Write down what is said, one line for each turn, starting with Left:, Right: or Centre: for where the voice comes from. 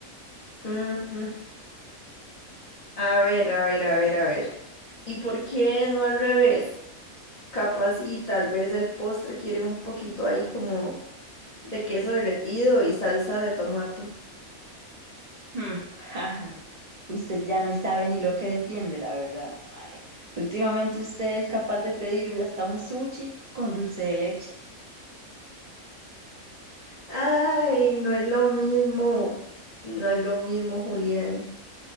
Left: Mm, a ver, a ver, a ver, a ver. ¿Y por qué no al revés? Capaz y tal vez el postre quiere un poquito ahí como de queso derretido y salsa de tomate.
Right: Hmm, <laughs> Usted ya no sabe ni lo que defiende, la verdad. mae. Últimamente usted es capaz de pedir hasta un sushi con dulce de leche.
Left: Ay, no es lo mismo. No es lo mismo, Julián.